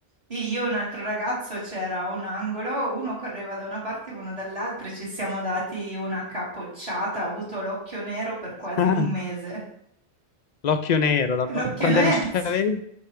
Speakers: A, on the right; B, on the left.
A: io e un altro ragazzo c'era un angolo, uno correva da una parte e uno dall'altra e ci siamo dati una capocciata, ho avuto l'occhio nero per quasi
B: <laughs>
A: un mese.
B: L'occhio nero, da... ba-
A: L'occhio
B: quanti
A: nero,
B: anni ce
A: <laughs> sì.
B: avevi?